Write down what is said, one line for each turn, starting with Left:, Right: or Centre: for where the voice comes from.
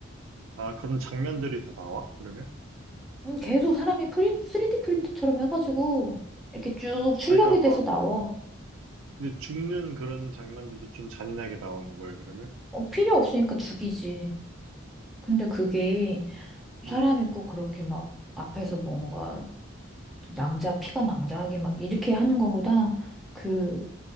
Right: 아, 그런 장면들이 다 나와? 그러면?
Centre: 음, 계속 사람이 프린트, 3D 프린트처럼 해가지고 이렇게 쭉 출력이
Right: 아, 그러니까 막
Centre: 돼서 나와.
Right: 근데 죽는 그런 장면들도 좀 잔인하게 나오는 거예요, 그러면?
Centre: 어, 필요 없으니까 죽이지. 근데 그게
Right: 음,
Centre: 사람이
Right: 음,
Centre: 꼭 그렇게 막 앞에서 뭔가 낭자, 피가 낭자하게 막 이렇게 하는 거보다 그